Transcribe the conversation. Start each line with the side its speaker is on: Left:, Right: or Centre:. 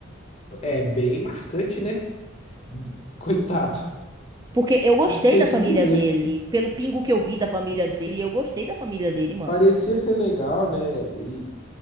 Left: É bem marcante, né? Coitado.
Right: Porque eu
Left: Não
Right: gostei
Left: tenho
Right: da
Left: o que
Right: família
Left: dizer.
Right: dele. Pelo pingo que eu vi da família dele, eu gostei da família dele, mano.
Left: Parecia ser legal, né? E,